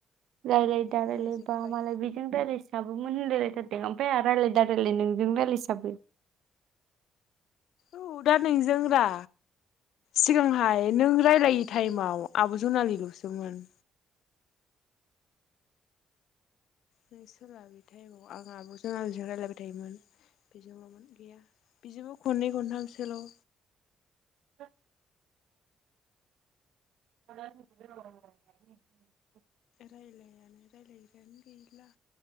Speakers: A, on the right; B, on the left.
A: रायज्लाय दा
B: मालाय
A: रायलाय
B: जोब्बाय
A: बा मालाय बेजों राय्लायसाब मोन होनलायलायथार दे ओमफफ्राय रायज्लायदा रायलाय नोंजों रायजलायसाबो
B: औ दा नोंजों रा सिगांहाय नों रायलायै टाइमाव आब' जनालिल'सोमोन। नों सोलाबथाय आब आं आब'जों आलजों रायजलायबाय थायोमोन। बेजोंल'मोन गैया बेजोंबो खननै खनथामसोल'
A: औ। <inaudible>
B: रायलायानो रायलाय्रानो गैला।